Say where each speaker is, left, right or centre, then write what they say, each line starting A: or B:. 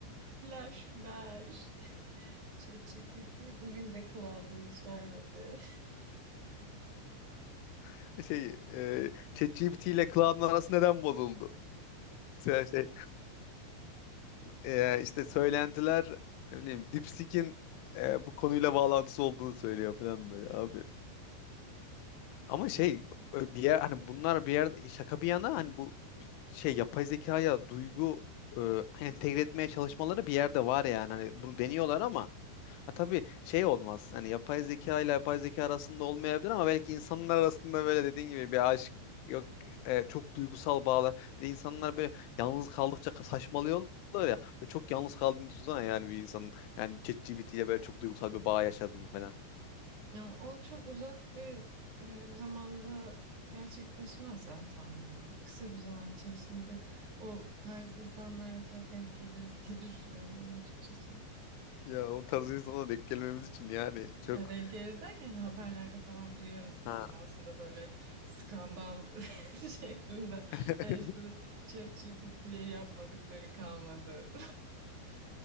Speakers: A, on the right (about 45°); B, on the left (about 85°).
A: Flash flash. ChatGPT bugün de cloud'a yüz vermedi.
B: <laughs> Şey, e, ChatGPT ile Cloud'un arası neden bozuldu? Şey, şey, e, işte söylentiler ne bileyim DeepSeek'in e, bu konuyla bağlantısı olduğunu söylüyor falan böyle abi. Ama şey e, bir yer hani bunlar bir yer şaka bir yana hani bu şey yapay zekaya duygu e, entegre etmeye çalışmaları bir yerde var yani. Hani bunu deniyorlar ama Ha, tabii şey olmaz. Hani yapay zeka ile yapay zeka arasında olmayabilir ama belki insanlar arasında böyle dediğin gibi bir aşk yok e, çok duygusal bağlar. Bir de insanlar böyle yalnız kaldıkça ka- saçmalıyorlar ya. Böyle çok yalnız kaldığını düşünsene yani bir insanın yani ChatGPT ile böyle çok duygusal bir bağ yaşadığını falan.
A: Ya, o çok uzak bir e, zamanda gerçekleşmez ya tahminen. Kısa bir zaman içerisinde o tarz insanlara denk geliriz diye <laughs> düşünüyorum ben açıkçası.
B: Ya o tarz insanlara denk gelmemiz için yani çok
A: Ya, denk geliriz derken hani haberlerde falan duyarız manasında
B: Ha.
A: böyle skandal <laughs> şeklinde.
B: <laughs>
A: Yani işte ChatGPT'ye yapmadıkları kalmadı